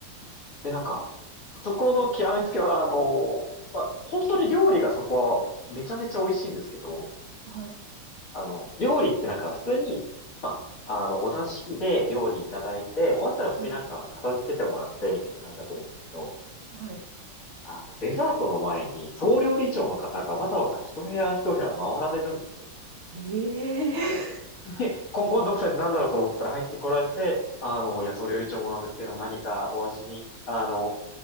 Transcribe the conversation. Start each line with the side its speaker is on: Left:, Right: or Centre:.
Left: で、なんか、そこの極めつけは、あの、まあ、本当に料理がそこは、めちゃめちゃ美味しいんですけど、
Right: はい。
Left: あの、料理ってなんか、普通に、まあ、あの、お座敷で料理いただいて、終わったら普通になんか片付けてもらって、
Right: うん
Left: みたいな感じだと思うんですけど、
Right: うん。はい。
Left: あの、デザートの前に、総料理長の方がわざわざ一部屋一部屋回られるんですよね。
Right: うん。ええー、
Left: <laughs> コンコンの奥さんって何だろうと思ったら入ってこられて、あの、いや、総料理長もなんですけども、何かお味に、あの、